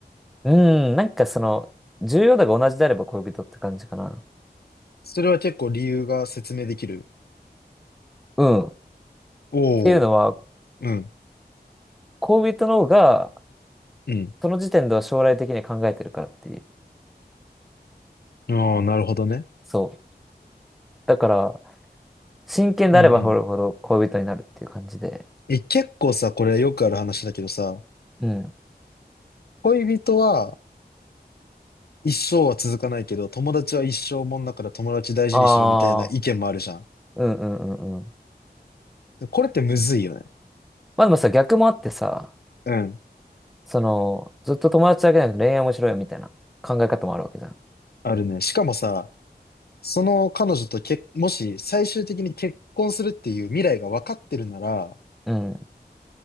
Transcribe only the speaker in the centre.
うん。なんかその、重要度が同じであれば恋人って感じかな。
うん。っ
ていうのは、
恋人の方が、
その時点では将来的に考えてるからっていう。
そう。だから、真剣であればほるほど恋人になるっていう感じで。
うん。
ああ、うんうんうんうん。
まあでもさ、逆もあってさ、
その、ずっと友達だけじゃなくて恋愛面白いよみたいな考え方もあるわけじゃん。
うん、